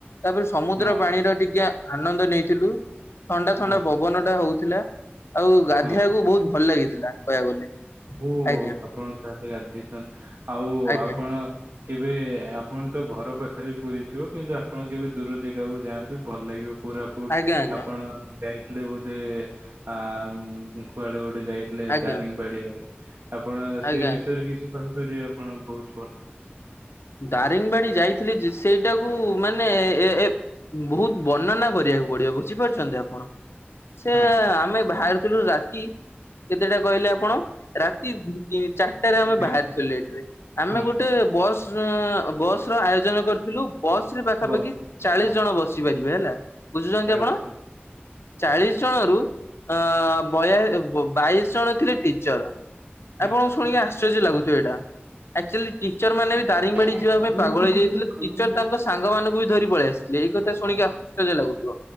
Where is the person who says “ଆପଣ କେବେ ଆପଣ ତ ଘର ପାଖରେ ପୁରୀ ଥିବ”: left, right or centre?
Right